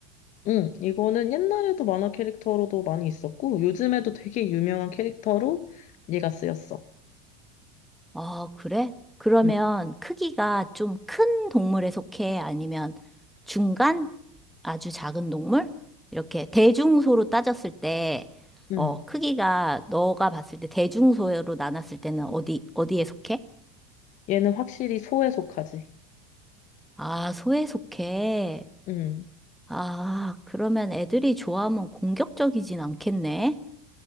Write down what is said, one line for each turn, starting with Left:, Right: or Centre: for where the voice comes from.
Left: 음, 이거는 옛날에도 만화 캐릭터로도 많이 있었고 요즘에도 되게 유명한 캐릭터로 얘가 쓰였어.
Centre: 어, 그래? 그러면
Left: 음.
Centre: 크기가 좀 큰 동물에 속해? 아니면 중간? 아주 작은 동물? 이렇게 대중소로 따졌을 때,
Left: 음.
Centre: 어, 크기가 너가 봤을 때 대중소로 나눴을 때는 어디, 어디에 속해?
Left: 얘는 확실히 소에 속하지.
Centre: 아, 소에 속해.
Left: 응.
Centre: 아, 그러면 애들이 좋아하면 공격적이진 않겠네?